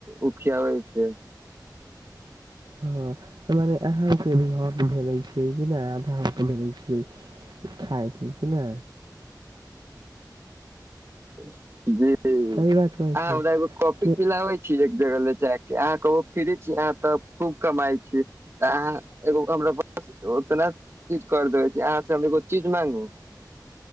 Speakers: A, on the right (about 35°); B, on the right (about 80°).
A: ऊखियाबै छियै
B: हँ तऽ मने अहाँके भी हक भेलै छै कि नहि आधा हाथ भेलै छै खायब क न
A: जी
B: सही बात कहै
A: आ
B: छियै
A: हमरा एगो कॉफी
B: के
A: पिलबै छी एक जगह ले जाके अहाँ कहू फिरे छी अहाँ त खूब कमाई छी तऽ अहाँ एगो हमरा पास उतना चीज कर देबे छी अहाँ से हम एगो चीज मांगू